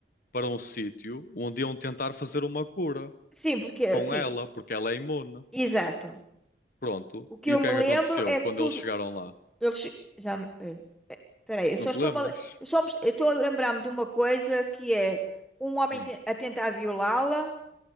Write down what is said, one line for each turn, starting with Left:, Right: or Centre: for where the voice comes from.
Left: para um sítio onde iam tentar fazer uma cura
Centre: Sim, porque.
Left: com
Centre: Sim,
Left: ela, porque ela é imune.
Centre: exato.
Left: Pronto.
Centre: O que
Left: E
Centre: eu
Left: o
Centre: me
Left: que é
Centre: lembro
Left: que aconteceu
Centre: é
Left: quando
Centre: que tudo.
Left: eles chegaram lá?
Centre: Eles já não. é. Peraí, eu
Left: Não
Centre: só
Left: te
Centre: estou
Left: lembras?
Centre: a, le- eu só me- eu estou a lembrar-me de uma coisa que é um homem
Left: Hum.
Centre: te- a tentar violá-la,